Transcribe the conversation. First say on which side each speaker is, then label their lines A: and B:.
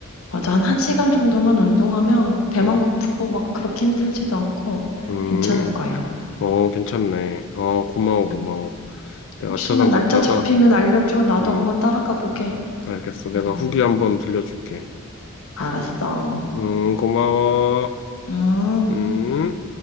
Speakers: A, on the left; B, on the left.
A: 맞아. 한 1시간 정도만 운동하면 배만
B: 응,
A: 고프고 막 그렇게 힘들지도 않고
B: 음,
A: 괜찮을 거야.
B: 어, 괜찮네. 어, 고마워,
A: 음.
B: 고마워. 내가
A: 혹시나
B: 아차산
A: 날짜
B: 갔다가,
A: 잡히면 알려줘. 나도
B: 음,
A: 한번 따라가 보게.
B: 알겠어. 내가
A: 음,
B: 후기 한번 들려줄게.
A: 알았어.
B: 음, 고마워.
A: 음.
B: 음.